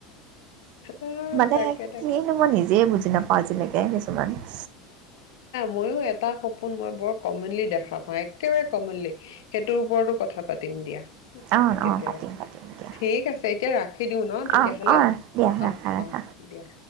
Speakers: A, on the left; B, on the right.
A: আহ
B: মানে
A: তাকে তাকে
B: কিনো মই নিজে বুজি নাপাওঁ আজিলৈকে কিছুমান
A: মই ও এটা সপোন মই কমনলি দেখা পাওঁ একেবাৰে কমনলি সেইটোৰ ওপৰতো কথা পাতি পাতিম দিয়া
B: অ'
A: কেতিয়াবা
B: অ' পাতিম পাতিম দিয়া
A: ঠিক আছে এতিয়া ৰাখি দিওঁ ন তেতিয়াহলে
B: অ' অ' দিয়া ৰাখা
A: আঁহ
B: ৰাখা
A: আঁহ দিয়া